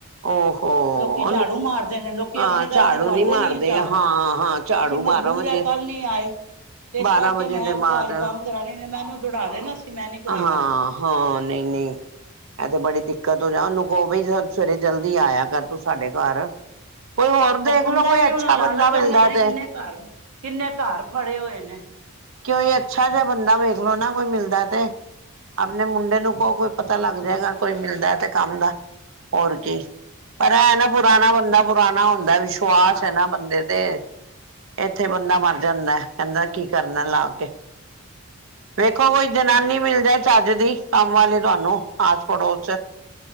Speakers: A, on the right; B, on the right.
A: ਔ ਹੋ
B: ਲੋਕੀ
A: ਉਹਨੂੰ
B: ਝਾੜੂ ਮਾਰਦੇ ਨੇ ਲੋਕੀ
A: ਹਾਂ
B: ਆਪਣੇ ਘਰ
A: ਝਾੜੂ
B: ਮਰਵਾਉਂਦੇ
A: ਨੀ ਮਾਰਦੇ
B: ਹੈ ਝਾੜੂ
A: ਹਾਂ-ਹਾਂ ਝਾੜੂ
B: ਅਸੀਂ
A: ਬਾਰਾਂ
B: ਮਜਬੂਰ
A: ਵਜੇ
B: ਹੈ ਕੱਲ ਨਹੀਂ ਆਏ ਤੇ ਇਸ
A: ਬਾਰਾਂ
B: ਕਰਕੇ
A: ਵਜੇ
B: ਮੈਂ
A: ਦੇ
B: ਕੋ
A: ਬਾਅਦ
B: ਅੱਜ ਕੰਮ ਕਰਾਣੀ ਨੇ ਮੈਂ ਇਹਨੂੰ ਦੌੜਾ ਦੇਣਾ ਸੀ ਮੈਂ ਨੀ ਕਰਾਣਾ
A: ਹਾਂ-ਹਾਂ
B: ਅੱਜ
A: ਨਈ-ਨਈ ਇਹ ਤੇ ਬੜੀ ਦਿੱਕਤ <unintelligible> ਜਾ ਉਹਨੂੰ ਕਹੋ ਬਈ ਸਵੇਰੇ ਜਲਦੀ ਆਇਆ ਕਰ ਤੂੰ ਸਾਡੇ ਘਰ ਕੋਈ ਹੋਰ
B: ਔ
A: ਦੇਖ
B: ਸੁਣਦਾ
A: ਲੋ ਕੋਈ
B: ਈ ਨੀ
A: ਅੱਛਾ
B: ਉਹਨੂੰ ਲਾਲਚ
A: ਬੰਦਾ
B: ਓਹਨੇ
A: ਮਿਲਦਾ
B: ਪਤਾ ਨੀ
A: ਤੇ
B: ਕਿੰਨੇ ਘਰ ਕਿੰਨੇ ਘਰ ਫੜੇ ਹੋਏ ਨੇ।
A: ਕੋਈ ਅੱਛਾ ਜਿਹਾ ਬੰਦਾ ਵੇਖ ਲੋ ਨਾ ਕੋਈ ਮਿਲਦਾ ਤੇ ਆਪਣੇ ਮੁੰਡੇ ਨੂੰ ਕੋ ਕੋਈ ਪਤਾ ਲੱਗ ਜਗ ਕੋਈ ਮਿਲਦਾ ਤੇ ਕੰਮ ਦਾ ਹੋਰ ਕੀ ਪਰ ਐ ਨਾ ਪੁਰਾਣਾ ਬੰਦਾ ਪੁਰਾਣਾ ਹੁੰਦਾ ਵੀ ਵਿਸ਼ਵਾਸ
B: ਹਾਂ
A: ਐ ਨਾ ਬੰਦੇ ਤੇ ਇੱਥੇ ਬੰਦਾ ਮਰ ਜਾਂਦਾ ਕਹਿੰਦਾ ਕੀ ਕਰਨਾ ਲਾ ਕੇ। ਵੇਖੋ ਕੋਈ ਜਨਾ ਮਿਲਜੇ ਚੱਜ ਦੀ ਕੰਮ ਵਾਲੀ ਤੁਹਾਨੂੰ ਆਸ ਪੜੋਸ ਚ